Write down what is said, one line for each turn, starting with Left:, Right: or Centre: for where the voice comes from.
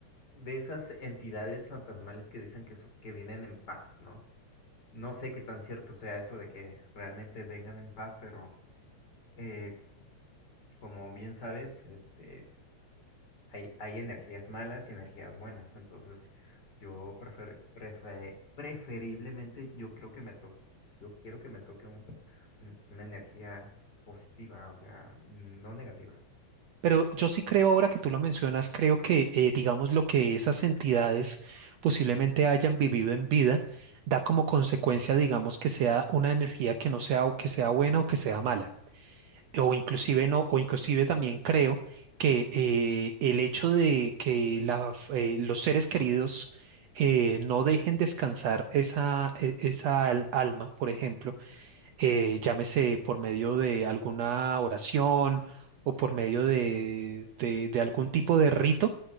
Left: de esas entidades fantasmales que dicen que, son- que vienen en paz, ¿no? No sé qué tan cierto sea eso de que realmente vengan en paz, pero eh, como bien sabes, este, hay, hay energías malas y energías buenas, entonces yo prefer, prefe- preferiblemente yo creo que me toque, yo quiero que me toque un- un- una energía positiva, o sea, no negativa.
Right: Pero yo sí creo ahora que tú lo mencionas, creo que, eh, digamos, lo que esas entidades posiblemente hayan vivido en vida da como consecuencia, digamos, que sea una energía que no sea o que sea buena o que sea mala. o inclusive no, o inclusive también creo que eh, el hecho de que la f- eh, los seres queridos eh, no dejen descansar esa, e- esa al- alma, por ejemplo, eh, llámese por medio de alguna oración o por medio de, de- de algún tipo de rito,